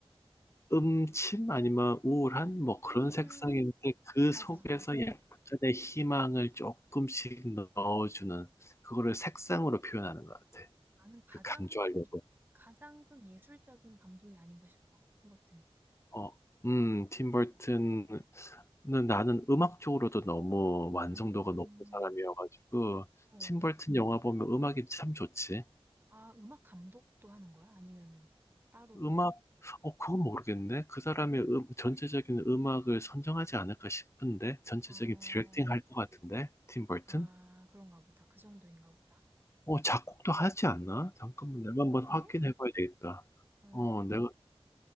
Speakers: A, on the left; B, on the right.
A: 음침 아니면 우울한
B: 음,
A: 뭐
B: 음,
A: 그런
B: 음.
A: 색상인데
B: 음.
A: 그
B: 맞아,
A: 속에서
B: 맞아.
A: 약간의 희망을 조금씩 넣어주는 그거를 색상으로 표현하는 것 같아.
B: 나는 가장
A: 그 강조하려고.
B: 좀, 이- 가장 좀 예술적인 감독이 아닌가 싶어. 팀 버튼이.
A: 어, 음, 팀 버튼은 나는 음악 쪽으로도 너무 완성도가
B: 음.
A: 높은 사람이어가지고,
B: 어.
A: 팀 버튼 영화 보면 음악이 참 좋지.
B: 아, 음악 감독도 하는 거야? 아니면은 따로?
A: 음악, 어, 그건 모르겠네. 그 사람의 음, 전체적인 음악을 선정하지 않을까 싶은데, 전체적인
B: 아..
A: 디렉팅 할 것 같은데, 팀 버튼?
B: 아, 그런가 보다. 그 정도인가 보다.
A: 어, 작곡도 하지 않나? 잠깐만, 내가 한번
B: 아, 그래?
A: 확인해 봐야 되겠다.
B: 어,
A: 어, 내가,